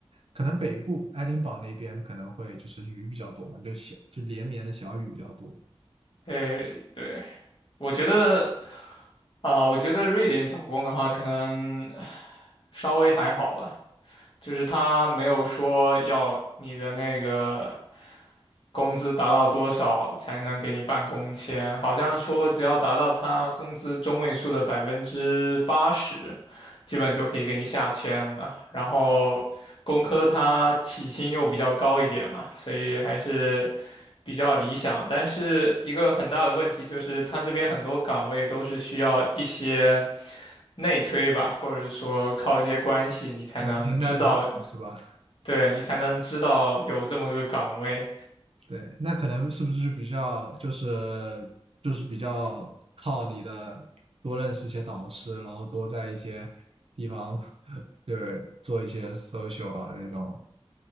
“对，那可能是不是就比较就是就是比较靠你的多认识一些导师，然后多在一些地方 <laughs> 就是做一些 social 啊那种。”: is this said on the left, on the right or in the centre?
Right